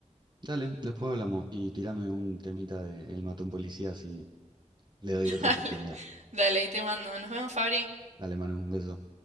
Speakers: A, on the right (about 35°); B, on the right (about 70°).
A: Dale, después hablamos y tirame un temita de El mató a un policía si le doy
B: <laughs>
A: otra
B: Dale,
A: oportunidad.
B: dale, ahí te mando. Nos vemos, Fabri.
A: Dale, Manu, un beso.